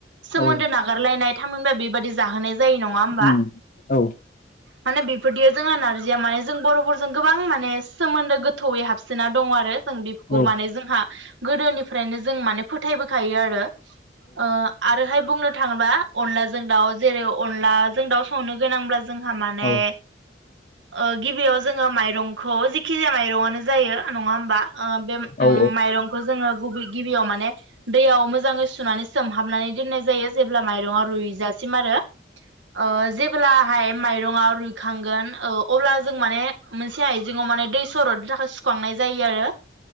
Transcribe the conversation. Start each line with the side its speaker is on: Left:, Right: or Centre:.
Right: सोमोनदो
Left: औ
Right: नागारलायनाय थामिनबा बेबादि जाहोनाय जायो नङा होमबा?
Left: उम औ
Right: माने बेफोरदियाव जोंहा नार्जिया माने जों बर'फोर जों गोबां माने सोमोन्दो गो थौयै हाबसोना दं आरो ओं बेफोरखौ
Left: औ
Right: माने जोंहा गोदोनिफ्रायनो जों माने फोथायबोखायो आरो ओ आरोहाय बुंनो थाङोबा अनलाजों दाउ जेरै अनलाजों दाउ संनो गोनांब्ला जोंहा माने
Left: औ
Right: ओ जों गिबियाव जोङो माइरंखौ जेखिजाया माइरंआनो जायो नङा होमबा ओ बे
Left: औ
Right: उम माइरंखौ जोङो गुबै गिबियाव माने दैयाव मोजाङै सुनानै सोमहाबनानै दोन्नाय जायो जेब्ला माइरंआव रुयजासिम आरो ओ जेब्लाहाय माइरङा रुयखांगोन ओ अब्ला जों माने मोनसे आइजेङाव माने दै सरदनो थाखाय सुखांनाय जायो आरो